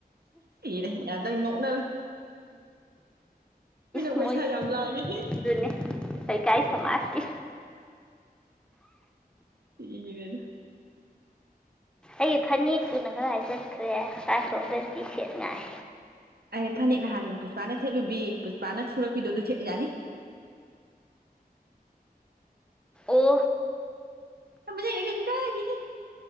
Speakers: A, on the right; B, in the centre.
A: ꯀꯔ ꯌꯥꯗꯪ ꯅꯣꯛꯅꯔꯦ <unintelligible> ꯅꯣꯛꯄ
B: ꯃꯣꯏ
A: ꯏꯁꯥ ꯌꯥꯝ ꯂꯥꯡꯉꯦ
B: ꯑꯗꯨꯅꯤ ꯀꯩꯀꯥꯏ ꯁꯃꯥꯖꯀꯤ
A: ꯍꯤ ꯔꯦꯗ
B: ꯑꯩꯒꯤ ꯐꯅꯦꯛꯇꯨꯅ ꯈꯔ ꯍꯥꯏ ꯗꯠꯈ꯭ꯔꯦ ꯂꯥ꯫ꯇꯥꯁꯔꯣꯝꯗꯗꯤ ꯁꯦꯠ ꯉꯥꯏ
A: ꯑꯩ ꯐꯅꯦꯛ ꯅꯍꯥꯟ ꯄꯨꯁꯄꯥꯅ ꯁꯦꯠꯂꯨꯕꯤ ꯄꯨꯁꯄꯥꯅ ꯁꯨꯔꯛꯄꯤꯗꯣ ꯑꯗꯨ ꯁꯦꯠ ꯌꯥꯅꯤ
B: ꯑꯣ
A: ꯖꯅꯦ ꯀꯩꯁꯨ ꯀ ꯍꯥꯏꯗꯤ <unintelligible>